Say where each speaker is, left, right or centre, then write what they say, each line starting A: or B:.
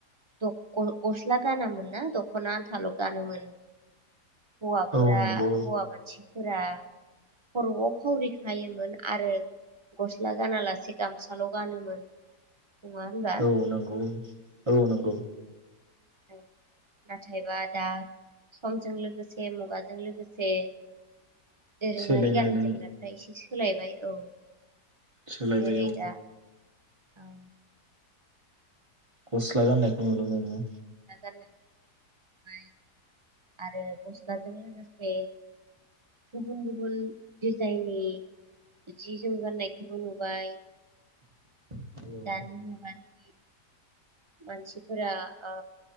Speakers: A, on the right; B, on the right.
A: द-ग-गस्ला गानामोनना दखना आनथाल गानोमोन हौवाफोरा
B: औ नंगौ
A: हौवा मानसि फोरा खरआव फावरिखायोमोन आरो गस्ला गाना लासे गामसाल गानोमोन नङा होनबा
B: औ नांगौ औ औ नंगौ
A: औ नाथायबा दा समजों लोगोसे मुगाजों लोगोसे दोरोङारि
B: सोलायनानै
A: गाननाय जोमनायफ्रा एसे सो सोलायबाय औ
B: सोलायबाय
A: जेरै
B: औ
A: दा औ
B: गस्ला गाननायखौ नुनो‌ मोनो
A: गानो ओमफ्राय आरो गस्लाजों लोगोसे से गुबुन गुबुन दिजाइननि जि जोम गाननायखौबो नुबाय
B: औ
A: दानि मुगानि मानसिफोरा ओ